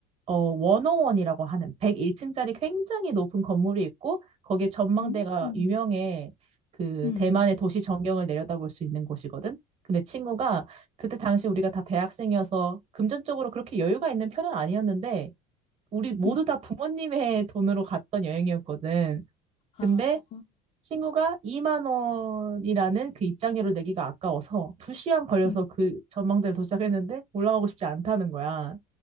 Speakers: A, on the right; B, on the left.
A: 어, 원오원이라고 하는 101층짜리 굉장히 높은 건물이 있고 거기에 전망대가
B: 음,
A: 유명해. 그
B: 음,
A: 대만의 도시 전경을 내려다볼 수 있는 곳이거든. 근데 친구가 그때 당시 우리가 다 대학생이어서 금전적으로 그렇게 여유가 있는 편은 아니었는데, 우리 모두
B: 음,
A: 다 부모님의 돈으로 갔던 여행이었거든. 근데
B: 아,
A: 친구가 2만 원이라는 그 입장료를 내기가 아까워서 2시간 걸려서
B: 음.
A: 그 전망대를 도착했는데 올라가고 싶지 않다는 거야.